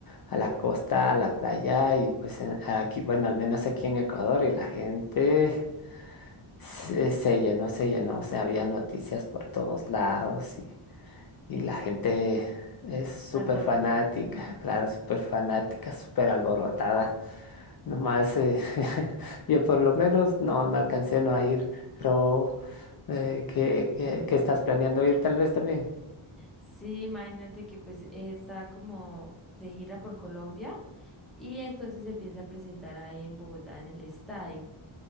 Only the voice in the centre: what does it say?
Alborota.
<laughs>
Sí, imagínate que pues eh, está como de gira por Colombia y entonces se piensa presentar ahí en Bogotá en el estadio,